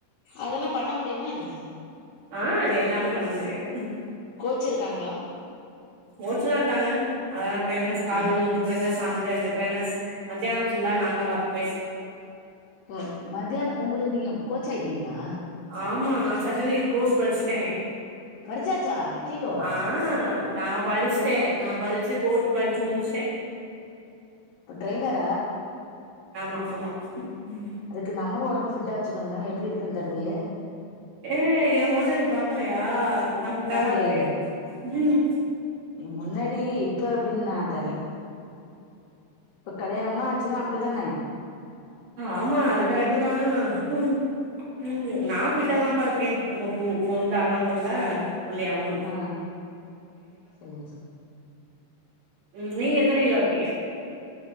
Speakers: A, on the left; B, on the right.
A: அதெல்லா பண்ண முடியுமா என்ன
B: ஆ எல்லாமே பண்ண முடியு ம்
A: கோச் இருக்காங்ளா
B: கோச்சுலா இருக்காங்க அதலா ட்ரெயினெர்ஸ் கால்ல
A: ம்
B: மூணு ட்ரைனெஸ் சாந்தரு ரெண்டு ட்ரைனெஸ் மத்தியானம் ஃபுல்லா நாந்தா பாத்துக்குவே
A: ப்போ மத்தியான உங்களுக்கு நீங்க கோச் ஆயிட்டீங்ளா
B: ஆமா நா சட்டிவிகேட் கோஸ் படிஷ்டேனே
A: படிச்சாச்சா ஐயையோ
B: ஆ நா படிஷ்ட்டே நா படிச்சு கோஸ் படிச்சு முடிச்சிடே
A: இப்ப ட்ரைனரா
B: ஆமா ஆமா ம்க்ம்
A: அதுக்கு நம்மளு ஒடம்ப ஃபிட்டா வெச்சுக்கணுமா எப்படி இருக்கன் தெர்லையே
B: ஏ எ ஃபோட்டோ நீ பாக்கலையா நா ஃபிட்டா
A: பாக்கலையே
B: தா இருப்பே ம்
A: முன்னாடி இப்ப எப்டின் நா தெர்ல இப்ப கலயாணம்னா ஆச்சுன்னா அப்படிதானே
B: ஆமா அது கரெக்ட்டுதா ம் ம் நா ஃபிட்டாதாம்பா இருக்கே ரொம்ப குண் குண்டாலா இல்லா ஒல்லியாவு இல்
A: ஆ சேர் செரி
B: ம் நீங்க எத்தன கிலோ இருப்பீங்க